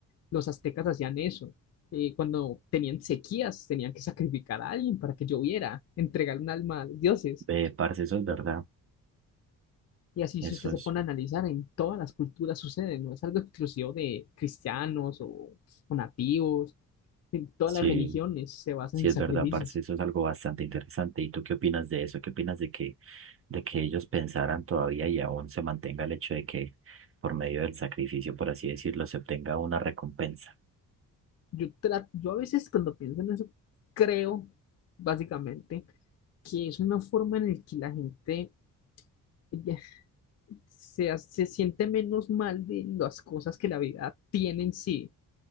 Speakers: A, on the left; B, on the right.
A: Los aztecas hacían eso. Eh, cuando tenían sequías, tenían que sacrificar a alguien para que lloviera, entregar un alma a los dioses.
B: Eh, parce, eso es verdad.
A: Y así,
B: Eso
A: si usted
B: es,
A: se pone a analizar, en todas las culturas sucede, no es algo exclusivo de cristianos o o nativos, en todas
B: sí,
A: las religiones se basan
B: sí
A: en
B: es
A: sacrificios.
B: verdad, parce, eso es algo bastante interesante. ¿Y tú qué opinas de eso? ¿Qué opinas de que, de que ellos pensaran todavía y aún se mantenga el hecho de que por medio del sacrificio, por así decirlo, se obtenga una recompensa?
A: Yo, tra- yo a veces cuando pienso en eso, creo básicamente que es una forma en la que la gente ya se, ha- se siente menos mal de las cosas que la vida tiene en sí.